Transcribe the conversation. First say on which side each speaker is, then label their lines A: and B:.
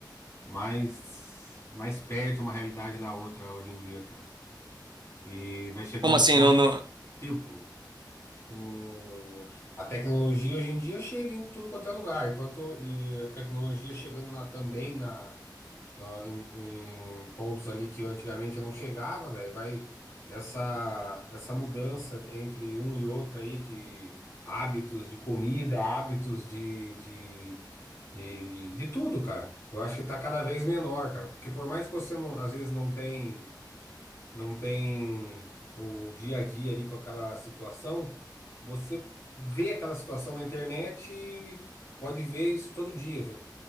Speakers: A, on the left; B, on the right.
A: mais, mais perto uma realidade da outra hoje em dia, cara. E vai chegar
B: Como
A: um
B: assim?
A: ponto,
B: Não, não...
A: tipo, o- a tecnologia hoje em dia chega em tudo quanto é lugar, enquanto e a tecnologia chegando na, também na na- em, em pontos ali que antigamente eu não chegava, velho. Vai essa essa mudança entre um e outro aí de hábitos de comida, hábitos de, de, de, de tudo, cara. Eu acho que tá cada vez menor, cara. Porque por mais que você não, às vezes não tem não tem o dia a dia ali com aquela situação, você vê aquela situação na internet e pode ver isso todo dia, né?